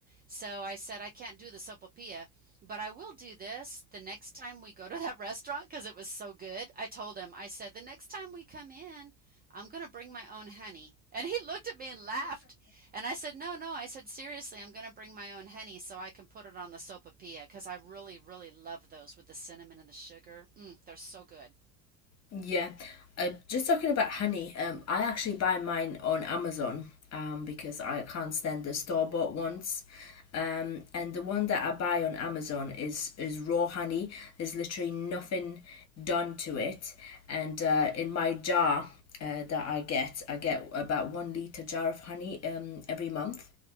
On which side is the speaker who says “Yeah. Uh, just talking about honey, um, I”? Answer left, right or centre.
Left